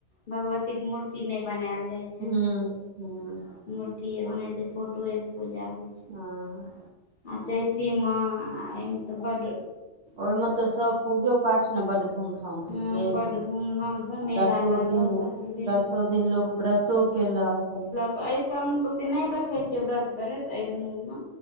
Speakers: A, on the left (about 45°); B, on the right (about 60°).
A: भगवती के मूर्ति नहि बनायल जाय छै
B: हुँ हुँ
A: मूर्ति ए ओनाते फोटो ए पूजा होइ छै
B: हँ
A: आ चैती मे आ एहिमे तऽ बड
B: ओहिमे तऽ सब पूजो पाठ ने बड़ धूमधाम
A: हँ
B: से भेल
A: बड्ड
B: आ
A: धूमधामसँ मेला
B: दसो
A: लागल
B: दिन
A: सभचीज भेल
B: दसो दिन लोक व्रत तो केलक
A: एहि सब म तऽ ओते नहि देखै छियै व्रत करैत एहि दुनू मे